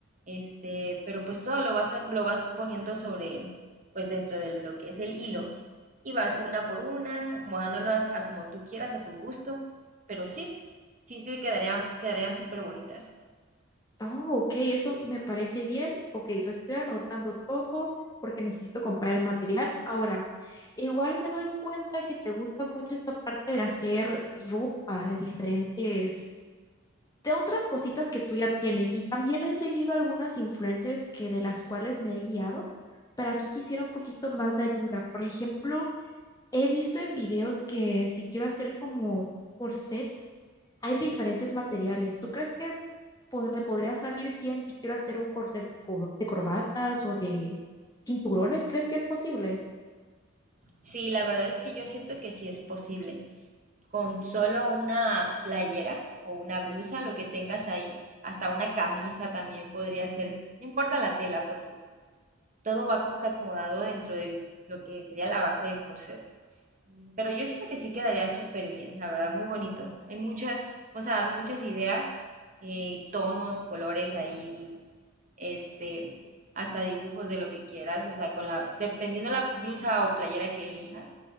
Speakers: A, on the right (about 35°); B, on the left (about 15°).
A: este, pero pues todo lo vas, a- lo vas poniendo sobre, pues dentro de lo que es el hilo y vas una por una, acomodándolas a como tú quieras, a tu gusto, pero sí, sí, sí quedarían, quedarían súper bonitas.
B: Oh, ok, eso me parece bien. Ok, lo estoy anotando todo porque necesito comprar el material. Ahora, igual me doy cuenta que te gusta mucho esta parte de hacer ropa de diferentes, de otras cositas que tú ya tienes. Y también he seguido algunas influencers que de las cuales me he guiado, pero aquí quisiera un poquito más de ayuda. Por ejemplo, He visto en videos que si quiero hacer como corsets, hay diferentes materiales. ¿Tú crees que pod- me podría salir bien si quiero hacer un corset de, co- de corbatas o de cinturones? ¿Crees que es posible?
A: Sí, la verdad es que yo siento que sí es posible. con solo una playera o una blusa, lo que tengas ahí, hasta una camisa también podría ser, no importa la tela, porque pues todo va como que acomodado dentro de lo que sería la base del corset. Mm, Pero yo siento que sí quedaría súper bien, la verdad, muy bonito. Hay muchas, o sea, muchas ideas, eh, tonos, colores ahí, este, hasta dibujos de lo que quieras, o sea, con la, dependiendo la blusa o playera que elijas,